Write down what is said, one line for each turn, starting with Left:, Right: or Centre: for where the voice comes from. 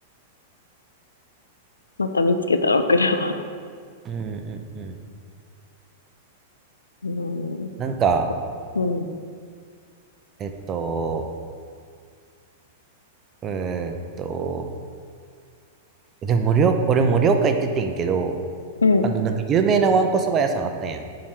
Left: また見つけたら送るわ。<laughs>
Right: うんうんうん。
Left: あのね、
Right: なんか、
Left: こうん。
Right: えっと、えーっと、でも盛岡、俺盛岡行っててんけど、
Left: うん。
Right: あの、なんか有名なわんこそば屋さんあったんやん。